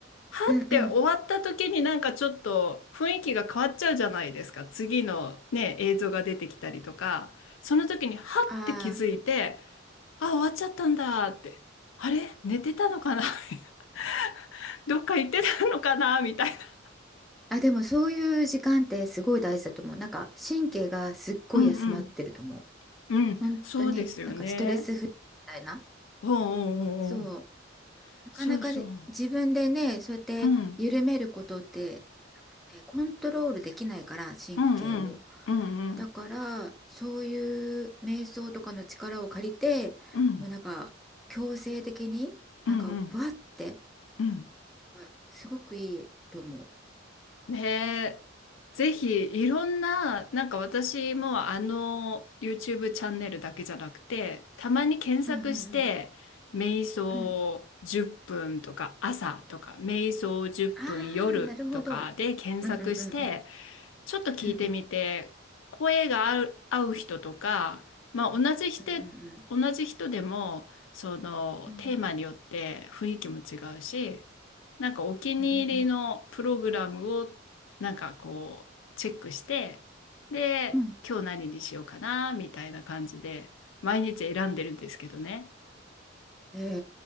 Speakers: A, on the left; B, in the centre.
A: はって終わった時になんかちょっと雰囲気が変わっちゃうじゃないですか。
B: うんうん。
A: 次のね、映像が出てきたりとか、その時にはって気づいて、
B: ああ。
A: あ、終わっちゃったんだって、あれ寝てたのかな <laughs> どっか行ってたのかなみたいな。
B: あ、でもそういう時間ってすごい大事だと思う。なんか神経がすっごい休まってると思う。
A: うんうん。うん、
B: 本当になんかストレスフリーみたいな。
A: そうですよね。おうおうおうおう。
B: そう。なかなかで自分でね、
A: そうそう。
B: そうやって緩めることって多分ね、
A: うん。
B: コントロールできないから、神経を。
A: うんうん。うんうん。
B: だから、そういう瞑想とかの力を借りて、
A: うん
B: もうなんか強制的になんかふわって、
A: うんうん。うん
B: なんかすごくいいと思う。
A: ねえ、ぜひいろんな、なんか私もあの YouTube チャンネルだけじゃなくて、たまに検索して、
B: うんうんうん。
A: 瞑想10分とか朝とか、
B: うん
A: 瞑想10分夜とかで検索して、
B: ああ、なるほど。うんうんうんうん。
A: ちょっと聞いてみて、
B: うんうん
A: 声が合う、合う人とか、まあ同じ人、
B: うん
A: 同じ人でも、そのテーマによって雰囲気も違うし、
B: うんうん
A: なんかお気に入りのプログラムをなんかこうチェックして、
B: うんうんうん。
A: で、
B: うんうん
A: 今日何にしようかな、みたいな感じで、毎日選んでるんですけどね。
B: へ